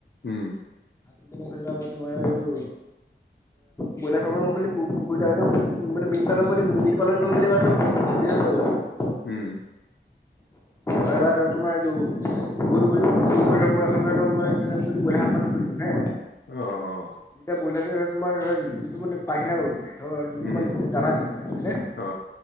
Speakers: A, on the left; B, on the left.
A: উম।
B: আপুনি মোক খাইলে হ'ব, তোমাৰ এইটো ব্ৰইলাৰ ফাৰ্ম এখন খুলিম পুখুৰীতাই ন মানে মীন পালন
A: উম
B: বুলি মীন পালন কৰিম বুলি ভাবি আছো।
A: উম
B: হয়বাৰ তই তোমাৰ এইটোই ম কে গ সাত পান খুলি দি হা
A: অ অ
B: যেতিয়া বইলাতো তোমাৰ যোনটো মানে পাইখানা কৰিছিলে যোনটো
A: উম
B: মানে দানা দিম মই মানে
A: অ